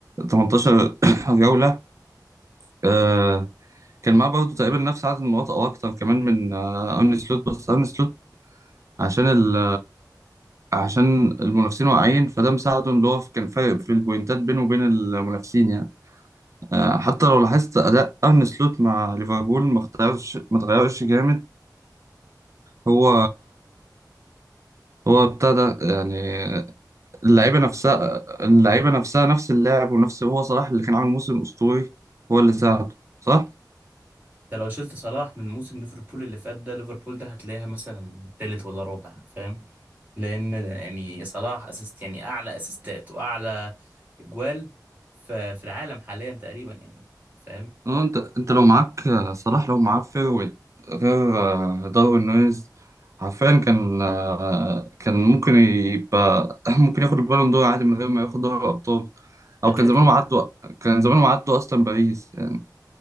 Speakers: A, on the right (about 45°); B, on the right (about 25°).
A: 18 <coughs> جولة آه، كان معاه برضو تقريبا نفس عدد النقاط او اكتر كمان من آه، ارن سلوت بس ارن سلوت عشان ال عشان المنافسين واقعين فده مساعده اللي هو كان فارق في البوينتات بينه وبين المنافسين يعني آه، حتى لو لاحظت اداء ارن سلوت مع ليفربول ما اختارش ما اتغيرش جامد هو هو ابتدى يعني اللعيبه نفسها اللعيبه نفسها نفس اللاعب ونفس هو صلاح اللي كان عامل موسم اسطوري هو اللي ساعده صلاح
B: انت لو شلت صلاح من موسم ليفربول اللي فات ده ليفربول ده هتلاقيها مثلا تالت ولا رابع فاهم لان يعني صلاح اسيست يعني اعلى اسيستات واعلى اجوال ف- في العالم حاليا تقريبا يعني فاهم
A: اه انت انت لو معاك آه، صلاح لو معاه فيرويد غير آه، داروين نونيز عارفين كان آه، كان ممكن يبقى <clears throat> ممكن ياخد البالون دور عادي من غير ما ياخد دوري الابطال
B: ده
A: او
B: كده
A: كان زمانهم
B: كده
A: عدوا كان زمانهم عدوا اصلا باريس يعني